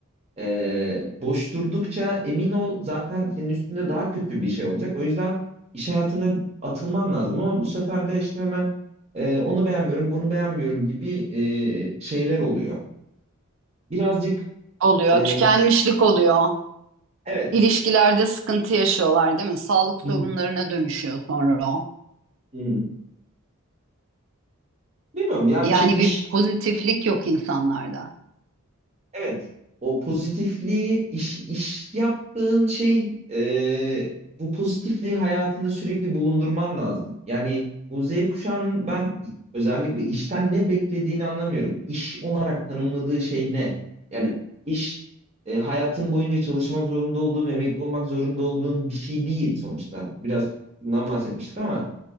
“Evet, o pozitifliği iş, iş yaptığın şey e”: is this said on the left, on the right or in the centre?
Right